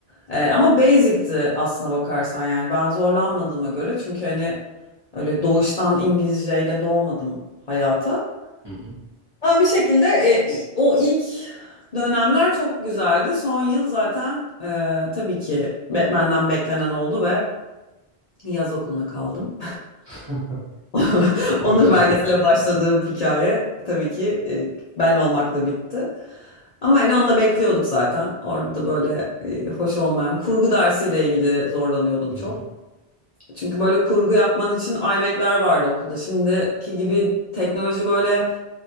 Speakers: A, on the left (about 50°); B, on the right (about 30°).
A: Ee, ama basic'ti aslına bakarsan yani. Ben zorlanmadığıma göre. Çünkü hani öyle doğuştan İngilizceyle doğmadım hayata.
B: Hı hı.
A: Ama bir şekilde e, o ilk dönemler çok güzeldi. Son yıl zaten e, tabii ki be- benden beklenen oldu ve yaz okuluna kaldım.
B: <laughs>
A: <laughs>
B: Olur
A: Onur
B: canım
A: belgesiyle
B: olur.
A: başladığım hikaye tabii ki e, ben olmakla bitti. Ama hani onu da bekliyorduk zaten. Orada böyle e, hoş olmayan kurgu dersiyle ilgili zorlanıyordum
B: Hı
A: çok.
B: hı.
A: Çünkü böyle kurgu yapman için iMac'ler vardı okulda. Şimdiki gibi teknoloji böyle